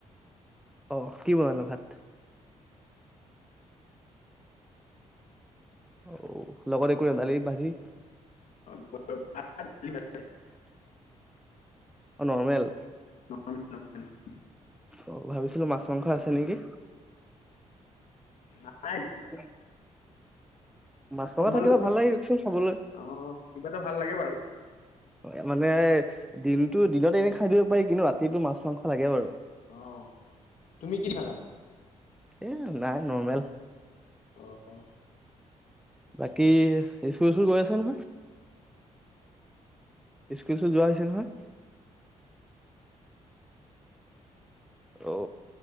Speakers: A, in the centre; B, on the left (about 70°).
A: অ কি বনালে ভাত? অ লগত একো নাই দালি-ভাজি?
B: <unintelligible>
A: <unintelligible> অ নৰ্মেল।
B: <unintelligible>
A: অ' ভাবিছিলো মাছ- মাংস আছে নেকি?
B: নাই
A: <unintelligible> মাছ -মাংস
B: তোমালোকৰ
A: থাকিলে ভাল লাগে দিয়কচোন খাবলৈ
B: অ কিবা এটা ভাল লাগে
A: <inaudible>
B: বাৰু
A: মানে দিনতটো দিনতে এনে খাই দিব পাৰি কিন্তু ৰাতিটো মাছ- মাংস লাগে বাৰু
B: অ তুমি কি খালা?
A: এ নাই নৰ্মেল
B: অহ
A: বাকি ইস্কুল চিস্কুল গৈ আছা নহয়? <inaudible> ইস্কুল চিস্কুল যোৱা হৈছে নহয়? <inaudible> ঔ